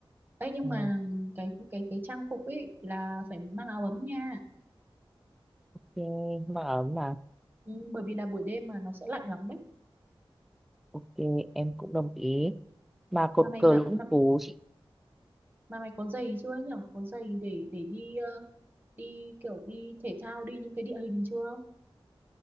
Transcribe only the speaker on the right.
ấy nhưng
mà cái cái cái trang phục ấy là phải mang áo ấm nha
ừ, bởi vì là buổi đêm mà nó sẽ lạnh lắm đấy
mà mày
mà,
mà,
mà mày có giày chưa nhỉ có giày để để đi ờ, đi kiểu đi thể thao đi những cái địa hình chưa